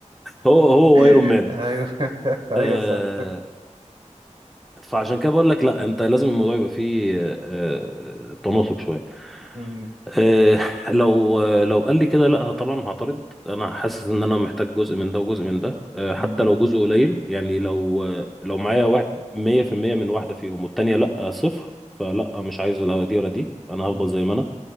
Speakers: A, in the centre; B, on the right (about 45°).
A: هو هو
B: <laughs>
A: ايرون مان
B: ايوه ايوه
A: آه،
B: صح
A: فعشان كده بقول لك لا انت لازم الموضوع يبقى فيه آه، آه، تناسق شوية
B: أمم،
A: آه، لو آه، لو قال لي كده لا طبعا هعترض انا حاسس ان انا محتاج جزء من ده وجزء من ده آه، حتى
B: أمم،
A: لو جزء قليل يعني لو آه، لو معايا واحد- 100% من واحده فيهم والتانيه لا صفر فلا مش عايز لا دي ولا دي انا هفضل
B: أمم،
A: زي ما انا